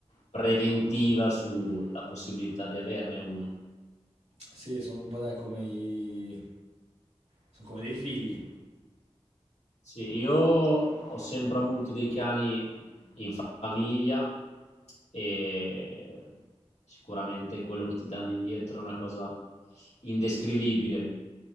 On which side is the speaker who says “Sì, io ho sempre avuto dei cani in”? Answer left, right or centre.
Left